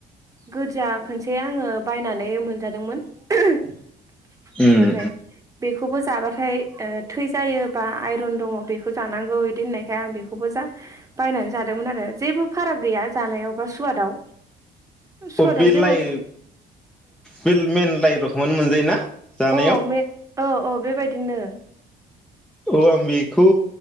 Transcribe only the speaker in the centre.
उम
अब बे
लाइ बे मेन लाइ रखमानो मोनजायोना
जानायाव,
औ आं बेखौ